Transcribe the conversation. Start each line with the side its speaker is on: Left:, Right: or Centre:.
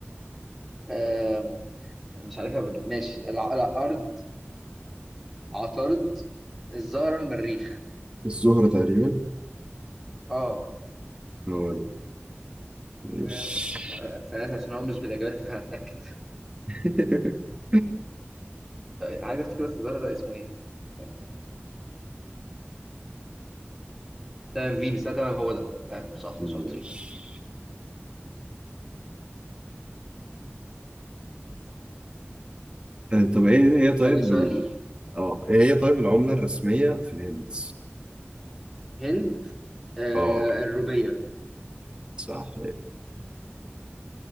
Centre: أم... مش عارفها بال- ماشي الع... الارض عطارد الزهرة المريخ
Right: الزهرة تقريبا
Centre: اه
Right: هو ده ماشي
Centre: ف- ف- سألت عشان هو مش بالإجابات فهتأكد <laughs>
Right: <laughs>
Centre: عايز أفتكر بس الزهرة ده اسمه إيه؟ طيب. تمام فينوس آه، تمام هو ده تمام صح
Right: ماشي
Centre: شاطر
Right: آه، طب ايه هي طيب
Centre: سألني سؤال
Right: ال... اه ايه هي طيب العملة الرسمية في الهند
Centre: هند آه
Right: اه
Centre: الروبية
Right: صح